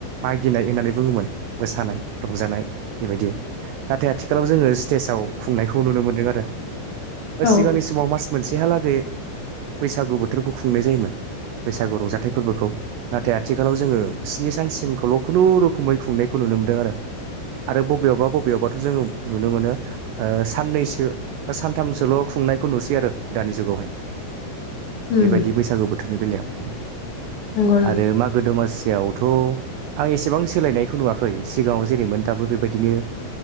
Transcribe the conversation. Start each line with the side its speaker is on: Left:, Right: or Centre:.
Right: मागिनाय होननानै बुङोमोन मोसानाय रंजानाय बेबायदि नाथाय आथिखालाव जोङो स्टेजाव खुंनायखौ नुनो मोनदों आरो
Left: औ
Right: सिगांनि समाव मास मोनसेहालागै बैसागु बोथोरखौ खुंनाय जायोमोन। बैसागु रंजाथाइ फोरबोखौ नाथाय आथिखालाव जोङो स्नि सानसिमखौल' खुनुरुखुमै खुंनायखौ नुनो मोनदों आरो आरो बबेयावबा बबेयावबाथ' जों नुनो मोनो ओ साननैसो बा सानथामसोल' खुंनायखौ नुसै आरो दानि जुगावहाय
Left: उम
Right: बेबायदि बैसागो बोथोरनि बेलायाव
Left: नंगौना
Right: आरो मागो दमासियाव थ' आं एसेबां सोलायनायखौ नुवाखै सिगाङाव जेरैमोन दाबो बेबायदिनो